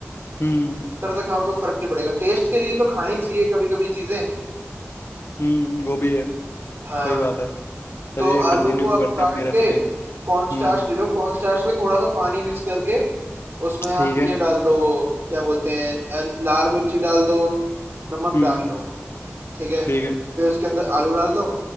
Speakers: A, on the left; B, on the right.
A: हम्म
B: तरह से खाओ तो फर्क नहीं पड़ेगा टेस्ट के लिए तो खानी चाहिए कभी कभी चीजें
A: हम्म वो भी है
B: हाँ
A: सही बात है चलिए
B: तो आलू
A: कंटिन्यू
B: को आप
A: करते
B: काट
A: हैं अपनी रेसिपी
B: के कॉर्न
A: हम्म
B: स्टार्च ले लो कॉर्न स्टार्च में थोड़ा सा पानी मिक्स करके उसमें आप
A: ठीक है
B: ये डाल दो क्या बोलते हैं अ, लाल मिर्ची डाल दो नमक
A: हम्म
B: डाल दो ठीक है
A: ठीक है
B: फिर उसके अंदर आलू डाल दो